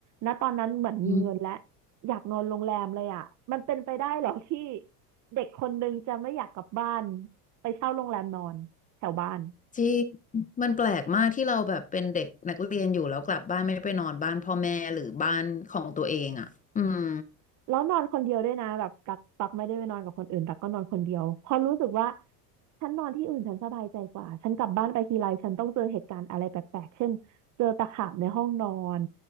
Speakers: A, on the right; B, on the left.
A: ณตอนนั้นเหมือนมีเงินและ
B: อืม
A: อยากนอนโรงแรมเลยอ่ะมันเป็นไปได้เหรอที่เด็กคนนึงจะไม่อยากกลับบ้านไปเช่าโรงแรมนอน แถวบ้าน
B: จริงมันแปลกมากที่เราแบบเป็นเด็กนักเรียนอยู่แล้วกลับบ้านไม่ไปนอนบ้านพ่อแม่หรือบ้านของตัวเองอ่ะอืม
A: แล้วนอนคนเดียวด้วยนะแบบตักตักไม่ได้ไปนอนกับคนอื่นตักก็นอนคนเดียวเพอรู้สึกว่าฉันนอนที่อื่นฉันสบายใจกว่าฉันกลับบ้านไปทีไรฉันต้องเจอเหตุการณ์อะไรแปลกๆเช่นเจอตะขาบในห้องนอน